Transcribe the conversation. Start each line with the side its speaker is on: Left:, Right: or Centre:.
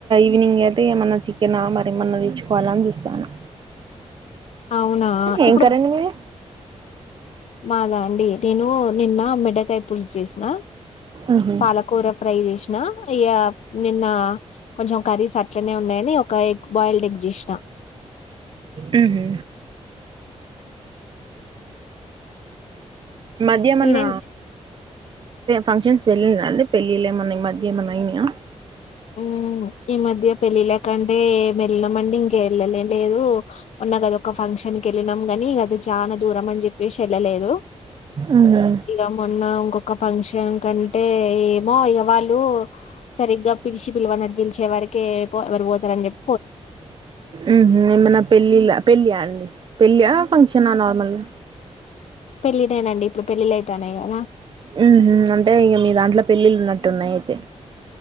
Right: ఈవినింగ్ అయితే ఏమన్నా చికెనా మరి ఏమన్నా తెచ్చుకోవాలా అని చూస్తున్నా
Left: అవునా
Right: ఏం
Left: ఇప్పుడు
Right: కర్రీ అండి మీది
Left: మాదా అండి నేను నిన్న బెండకాయ పులుసు చేసినా
Right: ఉహు
Left: పాలకూర ఫ్రై చేసిన ఆ ఇక నిన్న కొంచెం కర్రీస్ అట్లనే ఉన్నాయని ఒక ఎగ్ బాయిల్డ్ ఎగ్ చేసినా
Right: ఉ మహు మధ్య ఎమ్మాన
Left: మీరేం
Right: ఫంక్షన్స్ వెళ్ళిండ్రా అండి పెళ్లిళ్లు ఏమన్నా ఈ మధ్యేమైనా అయినయా
Left: ఉ ఈ మధ్య పెళ్లిళ్ల కంటే వెళ్లమండి ఇంకా వెళ్ళనే లేదు మొన్నదొక ఫంక్షన్ ఫంక్షన్ కీ వెళ్ళినాం కాని అది చానా దూరం అని చెప్పేసి వెళ్ళలేదు
Right: ఊహూ
Left: ఇగ మొన్న ఇంకో ఒక ఫంక్షన్ కంటే ఏమో ఈగ వాళ్లు సరిగ్గా పిలిచి పిల్వనట్టు వరకే ఎవరు పోతారని చెప్పి
Right: ఉహూ ఏమన్నా పెళ్లిళ్ల పళ్లి అండి పెళ్ళా ఫంక్షనా నార్మల్ గా
Left: పెళ్ళికేనండి ఇప్పుడు పెళ్ళిళ్ళైతానయి కదా
Right: ఆమ్ ఆహ్ అంటే ఇక మీ దాంట్లో పెళ్ళిళ్ళున్నట్టు ఉన్నాయి అయితే